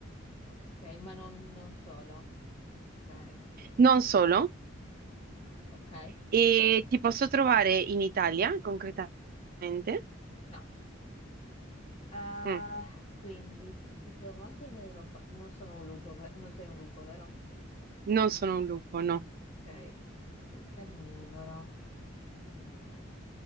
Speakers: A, on the left (about 30°); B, on the right (about 45°).
A: Ok, ma non, non solo. Ok,
B: Non solo.
A: ok, ok.
B: E ti posso trovare in Italia, concretamente.
A: No, Eh,
B: Mm.
A: quindi ti trovo anche in Europa. Non sono un lupo, ve- non sei un lupo, vero?
B: Non sono un lupo, no.
A: Ok, quindi carnivoro, carnivoro.